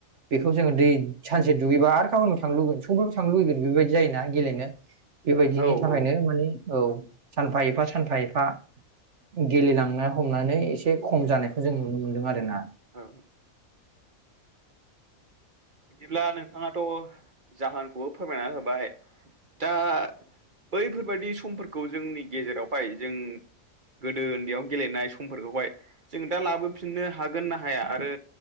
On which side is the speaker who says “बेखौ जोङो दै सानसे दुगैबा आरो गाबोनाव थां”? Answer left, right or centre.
Right